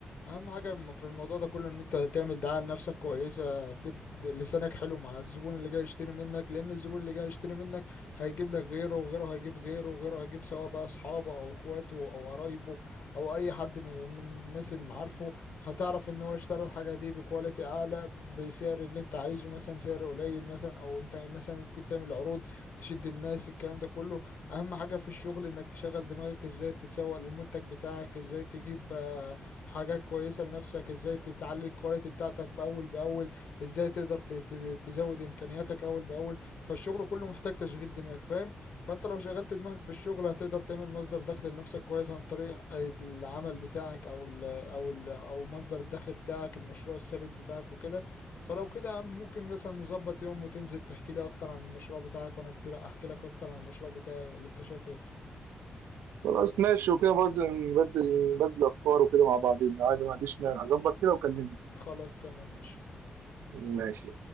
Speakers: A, on the left; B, on the right.
A: اهم حاجه م- في الموضوع ده كله ان انت تعمل دعايه لنفسك كويسه تبدا لسانك حلو مع الزبون اللي جاي يشتري منك لان الزبون اللي جاي يشتري منك هيجيب لك غيره وغيره هيجيب غيره وغيره هيجيب سواء بقى اصحابه او اخواته او قرايبه او اي حد من من الناس اللي معارفه هتعرف ان هو اشترى الحاجه دي بكواليتي اعلى بسعر اللي انت عايزه مثلا سعر قليل مثلا او انت مثلا ممكن تعمل عروض تشد الناس الكلام ده كله اهم حاجه في الشغل انك تشغل دماغك ازاي تتسوق للمنتج بتاعك ازاي تجيب آه، حاجات كويسة لنفسك ازاي تتعلي الكواليتي بتاعتك بأول بأول ازاي تقدر ت- ت- تزود امكانياتك أول بأول فالشغل كله محتاج تشغيل دماغ فاهم فانت لو شغلت دماغك في الشغل هتقدر تعمل مصدر دخل لنفسك كويس عن طريق العمل بتاعك او ال او ال او مصدر الدخل بتاعك المشروع الثابت بتاعك وكده فلو كده يا عم ممكن مثلا نظبط يوم وتنزل تحكي لي اكتر عن المشروع بتاعك وانا كتير احكي لك اكتر عن المشروع بتاعي ولا انت شايف ايه
B: خلاص ماشي وكده برضه نبدل نبدل افكار وكده مع بعضين عادي ما عنديش مانع اظبط كده وكلمني
A: خلاص تمام ماشي
B: ماشي